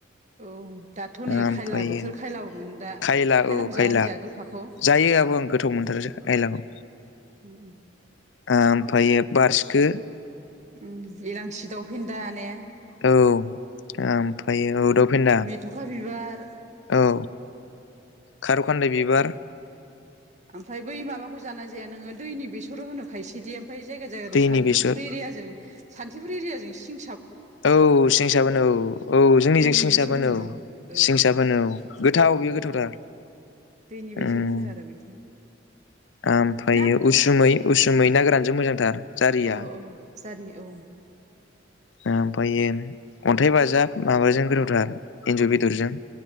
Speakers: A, on the right; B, on the left.
A: औ दाथ' नै
B: ओमफ्रायो
A: खायला बोथोर खायलाबो मोनो दा
B: खायला
A: खायलाखौ
B: औ खायला
A: जाना जाया गोखाखौ
B: जायो आब' आं गोथाव मोनथारो खायलाखौ
A: उम
B: ओमफायो बारसिखो
A: उम इलांसि दाउ फेनदा ने
B: औ ओमफायो औ दाउफेनदा
A: मेथ'खा बिबार
B: औ खार'खान्दाय बिबार
A: ओमफ्राय बै माबाखौ जाना जाया नोङो दैनि बेसर होनो खायसेदि ओमफाय जायगा जायगादि
B: दैनि
A: सानटिफुर
B: बेसर
A: एरियाजों सानटिफुर एरियाजों सिं
B: औ सिं साबोन औ औ जोंनिजों
A: दैनि
B: सिं
A: बेसर
B: साबोन
A: होनो
B: औ सिं साबोन
A: ओ
B: औ गोथाव बेयो
A: ओ
B: गोथावथार
A: दैनि बेसर
B: उम
A: होनो आरो बिथिं
B: ओमफ्रायो
A: ना
B: उसुमै उसुमै ना गोरानजों मोजांथार जारिया
A: औ औ जारि औ
B: ओमफायो अन्थाइ बाजाब माबाजों गोथावथार एन्जर बेदरजों।